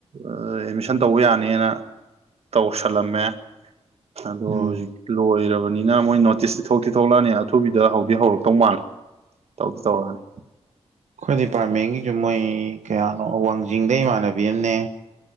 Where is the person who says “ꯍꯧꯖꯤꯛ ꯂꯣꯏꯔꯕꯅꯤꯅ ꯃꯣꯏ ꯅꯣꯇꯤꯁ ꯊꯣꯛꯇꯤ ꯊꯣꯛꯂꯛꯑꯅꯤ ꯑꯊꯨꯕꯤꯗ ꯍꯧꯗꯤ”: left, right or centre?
Right